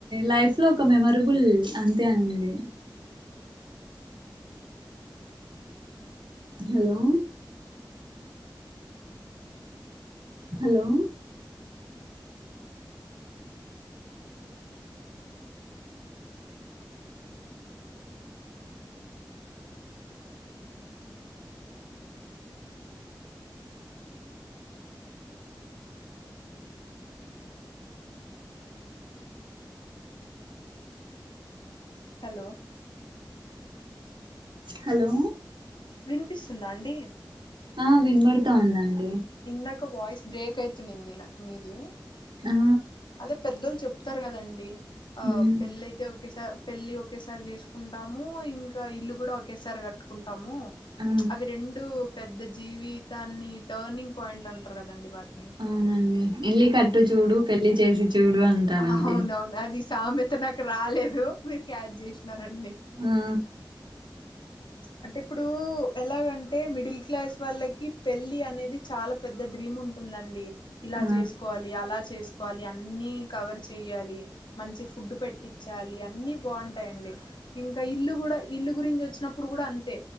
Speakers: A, on the right; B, on the left.
A: లైఫ్ లో ఒక మెమోరబుల్ అంతే అండి హలో హలో
B: హలో
A: హలో
B: వినిపిస్తుందా అండి
A: ఆ వినబడుతా ఉందండ్
B: ఇందక వాయిస్ బ్రేక్ అయితునింది న మీది
A: ఆ
B: అదే పెద్దోళ్ చెప్తారు కదండి ఆ
A: ఉమ్
B: పెళ్ళియితే ఒకేసార్ పెళ్లి ఒకేసారి చేషుకుంతాము ఇంకా ఇల్లు గుడా ఒకేసారి కట్టుకుంట్ తమ్ము
A: ఆ
B: అవి రెండు పెద్ద జీవితాన్ని టర్నింగ్ పాయింట్ అంటరు కదండి వాటిని
A: అవునండి ఇల్లి కట్టు చూడు
B: మ్
A: పెళ్లి చేసి చూడు అంటారండి
B: అవునవును అది సామెత నాకు రాలేదు మీరు క్యాచ్ జేష్నారండి
A: ఆ
B: అంటే ఇప్పుడూ ఎలాగంటే మిడిల్ క్లాస్ వాళ్ళకి పెళ్లి అనేది చాలా పెద్ద డ్రీమ్ ఉంటుందండి ఇలా
A: ఆ
B: చేసుకోవాలి అలా చేసుకోవాలి అన్ని కవర్ చెయ్యాలి మంచి ఫుడ్ పెట్టిచ్చాలి అన్ని బాగుంటాయి అండి ఇంకా ఇల్లు గుడా ఇల్లు గురించి వచ్చినప్ ఇప్పుడు గుడా అంతే